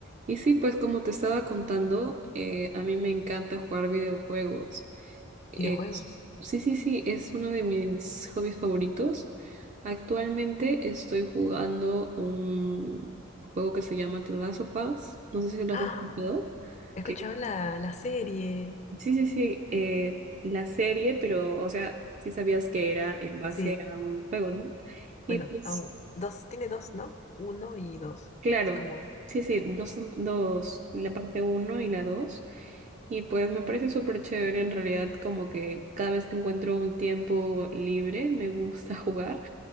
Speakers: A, on the right (about 35°); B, on the left (about 35°).
A: Y sí, pues como te estaba contando, eh, a mí me encanta jugar videojuegos. Es-
B: Videojuegos.
A: sí, sí, sí, es uno de mis hobbies favoritos. Actualmente estoy jugando un juego que se llama The Last of Us. No sé si lo
B: ¡Ah!
A: has escuchado.
B: He escuchado
A: Que,
B: la, la serie.
A: sí, sí, sí, eh, la serie, pero, o sea, sí sabías que era en base
B: Sí,
A: a un juego, ¿no? Y
B: bueno,
A: pues,
B: aún- dos, tiene dos, ¿no? Uno y dos.
A: claro,
B: Es como,
A: sí, sí,
B: claro.
A: dos, tem- dos, la parte uno y la dos Y pues me parece súper chévere en realidad, como que cada vez que encuentro un tiempo libre me gusta <laughs> jugar.